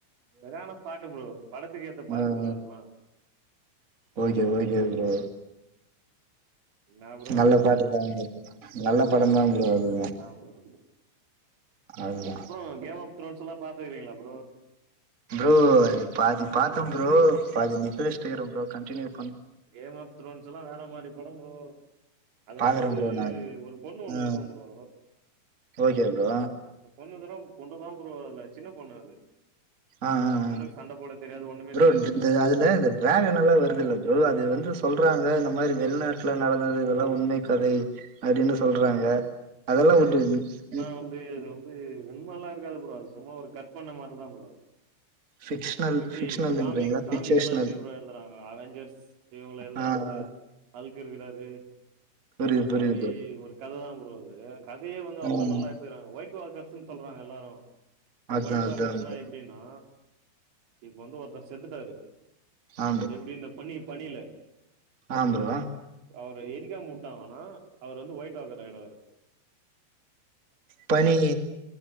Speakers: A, on the right; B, on the right.
A: செரியான பாட்டு ப்ரோ படத்துக்கு ஏத்த பாட்டு
B: ஆ
A: ப்ரோ அதெல்லா
B: ஓகே ஓகே ப்ரோ
A: என்னா ப்ரோ அதா
B: நல்ல பாட்டு தா ப்ரோ நல்ல பட தா ப்ரோ அது
A: ப்ரோ
B: அது தா
A: ப்ரோ கேம் ஆப் த்ரோன்ஸ்லா பாத்திருக்கீங்ளா ப்ரோ
B: ப்ரோ அது பாதி பாத்த ப்ரோ பாதி நிக்கவெச்ட்டே இருக்றே ப்ரோ கண்டியூ
A: கேம் ஆப் த்ரோன்ஸ்லா வேற மாரி படம் ப்ரோ அதுல
B: பாக்குறே
A: வந்து
B: ப்ரோ நா
A: ஒரு பொண்ணு ஒண்ணு
B: ஆ
A: இருக்கு ப்ரோ
B: ஓகே ப்ரோ
A: பொண்ணுங்கறோ பொண்ணு தா ப்ரோ அதுல சின்ன பொண்ணு அது
B: ஆ ஆ
A: அந்த பொண்ணுக்கு சண்ட போட தெரியாது ஒண்ணுமே
B: ப்ரோ
A: தெரியாது
B: இந்த அதுல அது டிராகன்னல்லா வருதில்ல ப்ரோ அது வந்து சொல்றாங்க இந்த மாரி வெளிநாட்ல நடந்தது இதெல்லா உண்மை கதை அப்டின்னு சொல்றாங்க
A: ஆ
B: அதெல்லா உண்டு ம் ம்
A: அப்டியா ப்ரோ அது உண்மல்லா இருக்காது ப்ரோ சும்மா ஒரு கர்பண மாரிதா ப்ரோ
B: ஃபிக்ஷனல்
A: எப்டி
B: ஃபிக்ஷனல்ன்றீங்களா
A: காமிக்
B: ஃபிக்சேஷனல்
A: காமிக்லா எப்டி ப்ரோ எழுதுறாங்க அவஞ்சர்ஸ் இவங்கள எழுதுறாங்கல்ல
B: ஆ ஆ
A: ஹல்க்கு இருக்குறாரு
B: புரிது புரிது
A: பேய் ஒரு கத தா ப்ரோ அது கதயே வந்து அவ்ளோ
B: ம்
A: நல்லா எத்துக்குறாங் ஒயிட் வாக்கர்ஸ்ன்னு சொல்றாங்க எல்லாரும்
B: அதா
A: ஒயிட்
B: அதா
A: வாக்கர்ஸ்னா
B: ப்ரோ
A: எப்டின்னா இப்ப வந்து ஒருத்தர் செத்துட்டாரு
B: ஆ
A: எப்டி இந்த பனி பனில
B: ஆம் ப்ரோவா
A: அவர எரிக்காமுட்டாங்க ஆனா அவர் வந்து ஒயிட் ஆக்கற எடோ அது
B: பனி